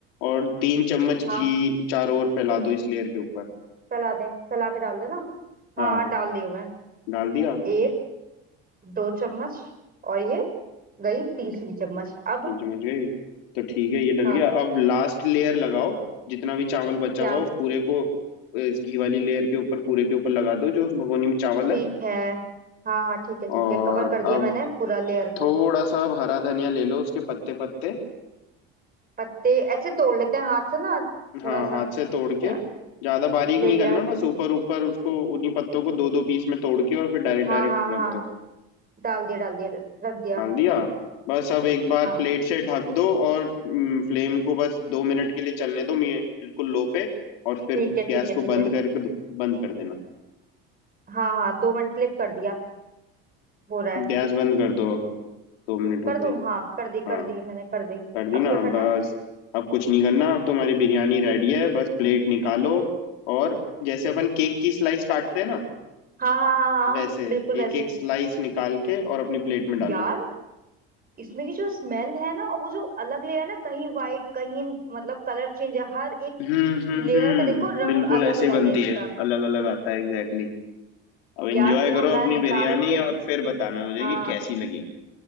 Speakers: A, on the left; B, on the right.
A: और तीन चम्मच घी
B: हाँ
A: चारों ओर फैला दो इस लेयर के ऊपर
B: फैला दें फैला के डाल देना हाँ
A: हाँ
B: डाल दी मैं
A: डाल दिया
B: एक दो चम्मच और ये गई तीसरी चम्मच अब
A: तीन चम्मच घी तो ठीक है ये डल
B: हाँ
A: गया अब लास्ट लेयर लगाओ जितना भी चावल बचा
B: क्या
A: हुआ है, उस पूरे को इस घी वाली लेयर के ऊपर पूरे के ऊपर लगा दो जो उस भगोनी में चावल
B: ठीक
A: है
B: है हाँ हाँ ठीक है ठीक
A: और
B: है कवर कर दिया
A: अब
B: मैंने पूरा लेयर को
A: थोड़ा सा आप हरा धनिया ले लो उसके पत्ते पत्ते
B: पत्ते ऐसे तोड़ लेते हैं हाथ से ना
A: हाँ
B: थोड़ा सा
A: हाथ
B: क्या
A: से तोड़ के ज्यादा बारीक नहीं
B: ले लिया
A: करना बस ऊपर ऊपर उसको उन्हीं पत्तों को दो दो पीस में तोड़ के और फिर डायरेक्ट
B: हाँ
A: डायरेक्ट
B: हाँ
A: रख
B: हाँ
A: दो
B: डाल दिया डाल दिया रख दिया
A: डाल दिया बस अब एक बार
B: हाँ
A: प्लेट से ढक दो और फ्लेम को बस दो मिनट के लिए चलने दो मी- बिल्कुल लो पे और फिर
B: ठीक है
A: गैस
B: ठीक है
A: को
B: ठीक
A: बंद
B: है
A: करके दु- बंद कर देना
B: हाँ हाँ दो मिनट क्लिक कर दिया हो रहा है
A: गैस बंद कर दो अब दो मिनट होते
B: कर दूं
A: ही
B: हाँ कर दी कर
A: हाँ
B: दी मैंने कर दी
A: कर दी
B: अब
A: ना
B: क्या करना
A: बस
B: है
A: अब कुछ नहीं करना अब तुम्हारी बिरयानी रेडी है बस प्लेट निकालो और जैसे अपन केक की स्लाइस काटते हैं ना
B: हाँ हाँ हाँ हाँ
A: वैसे
B: बिल्कुल वैसे
A: एक एक
B: ही।
A: स्लाइस निकाल के और अपनी प्लेट में डालो
B: यार इसमें की जो स्मेल है ना और वो जो अलग लेयर है ना कहीं वाइट कहीं मतलब कलर चेंज है हर एक
A: हम्म हम्म
B: लेयर
A: हम्म
B: का देखो रंग
A: बिल्कुल
B: अलग
A: ऐसे ही
B: अलग
A: बनती
B: है इसका
A: है अलग अलग आता है एग्जैक्टली exactly. अब एंजॉय
B: यार सुनो
A: करो
B: मैं
A: अपनी
B: निकाल
A: बिरयानी
B: के
A: और फिर बताना मुझे
B: हाँ
A: कि कैसी लगी